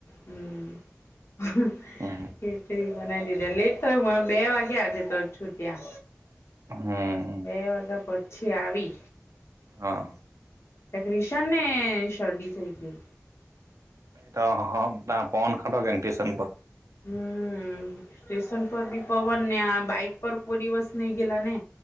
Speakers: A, on the left; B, on the right.
A: હું
B: ને
A: ખીચડી બનાય દી લેટ થયું મારા બે વાગ્યાજ તો છૂટ્યા
B: હમ
A: બે વાગ્યા પછી છે આવી
B: હા
A: ક્રિશન ને શરદી થઈ ગઈ
B: એ તો હ ના પવન ખાધો એન્ટ્રી પંપ
A: હમ સ્ટેશન પર ભી પવન ને આ બાઈક પર કોઈ દિવસ નહી ગયેલા ને